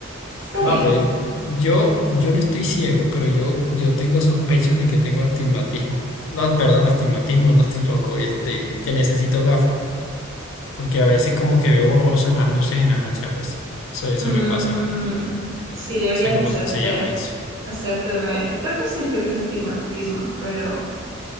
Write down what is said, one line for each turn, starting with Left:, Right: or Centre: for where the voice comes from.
Right: Está
Left: no,
Right: bien.
Left: pues yo, yo no estoy ciego, pero yo, yo tengo sospechas de que tengo astigmatismo. No, perdón, astigmatismo, no estoy loco, este, que necesito gafas. porque a veces como que veo borrosas las luces en la noche, algo así. Eso, eso
Right: Mm,
Left: me pasa, no
Right: sí, deberías
Left: sé cómo
Right: hacerte,
Left: se llama eso.
Right: hacerte ver. Creo que sí, creo que es estigmatismo, pero,